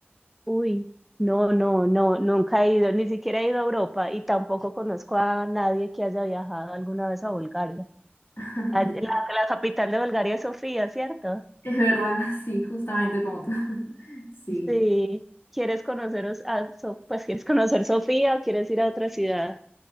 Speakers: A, in the centre; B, on the left.
A: Uy, No, no, no, nunca he ido, ni siquiera he ido a Europa y tampoco conozco a nadie que haya viajado alguna vez a Bulgaria.
B: <laughs>
A: A- La, la capital de Bulgaria es Sofía, ¿cierto?
B: Es verdad, sí, justamente como tú. <laughs> Sí.
A: sí. ¿Quieres conoceros a, So- pues quieres conocer Sofía o quieres ir a otra ciudad?